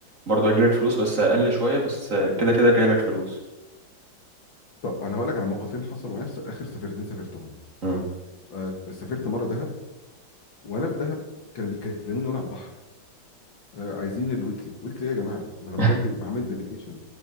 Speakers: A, on the right (about 40°); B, on the left (about 70°).
A: برضه هيجيلك فلوس بس اقل شويه بس كده كده هيجيلك فلوس
B: طب انا هقول لك على موقفين حصلوا معايا في س- اخر سفرتين سافرتهم
A: مم.
B: آه سافرت مره دهب وانا في دهب كانوا بيكلموني وانا على البحر آه عايزين الويكلي ويكلي ايه يا جماعه ما انا
A: <laughs>
B: مدرج ما عامل ديليجيشن